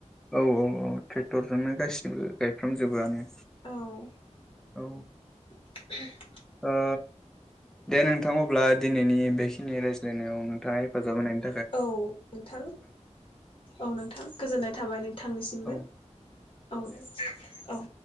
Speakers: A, in the centre; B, on the left.
A: औ औ औ ट्रेक्टरजोंनो गासिबो गायफ्रामजोबोआनो।
B: औ।
A: औ।
B: <unintelligible>
A: ओ दे नोंथां अब्ला दिनैनि बेखिनि रायज्लायनायाव नोंथाङा हेफाजाब होनाय
B: औ नोंथां औ नोंथां गोजोननाय थाबाय नोंथांनिसिमबो
A: औ
B: औ दे औ।